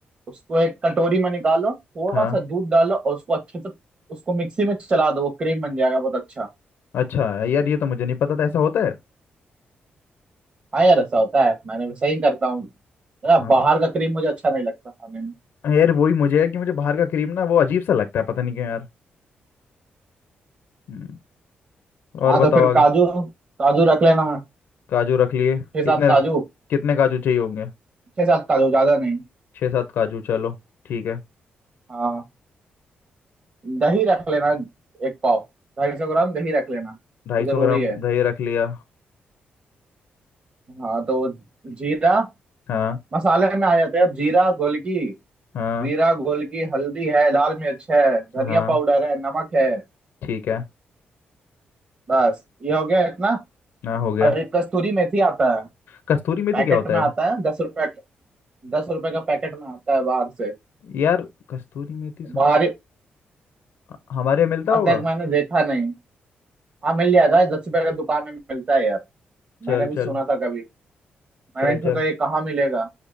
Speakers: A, on the right; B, on the left.
A: उसको एक कटोरी में निकालो थोड़ा
B: हाँ
A: सा दूध डालो और उसको अच्छे से उसको मिक्सी में चला दो वो क्रीम बन जाएगा बहुत अच्छा
B: अच्छा यार ये तो मुझे नहीं पता था ऐसा होता है
A: हाँ यार ऐसा होता है मैंने भी सही करता हूँ यार,
B: हाँ
A: बाहर
B: तो
A: का क्रीम मुझे अच्छा नहीं लगता खाने में
B: यार वही मुझे है कि मुझे बाहर का क्रीम ना वो अजीब सा लगता है पता नहीं क्यों यार हम्म, और
A: हाँ
B: बताओ
A: तो फिर
B: आगे
A: काजू काजू रख लेना
B: काजू रख लिए
A: छह
B: कितने
A: सात काजू
B: कितने काजू चाहिए होंगे
A: छह सात काजू ज्यादा नहीं
B: छः सात काजू चलो ठीक है
A: हाँ दही रख लेना एक पाव ढाई सौ ग्राम दही रख लेना
B: ढाई
A: वो
B: सौ
A: जरूरी
B: ग्राम
A: है
B: दही रख लिया
A: हाँ तो वो जीरा
B: हाँ
A: मसाले में आ जाते हैं अब जीरा गोलकी
B: हाँ
A: जीरा गोलकी हल्दी है लाल मिर्च है धनिया
B: हाँ
A: पाउडर है नमक है
B: ठीक है
A: बस ये हो गया इतना
B: ना हो गया
A: और एक कस्तूरी मेथी आता है
B: कस्तूरी मेथी
A: पैकेट
B: क्या होता
A: में
B: है
A: आता है दस रुपए दस रुपए का पैकेट में आता है बाहर से
B: यार कस्तूरी मेथी सुना
A: बाहर
B: अ- हमारे यहाँ मिलता होगा
A: आज तक मैंने देखा नहीं हाँ मिल जाएगा दस रुपए का दुकान में मिलता है यार
B: चल
A: मैंने भी
B: चल
A: सुना था कभी मैंने
B: चल
A: सोचा
B: चल
A: ये कहाँ मिलेगा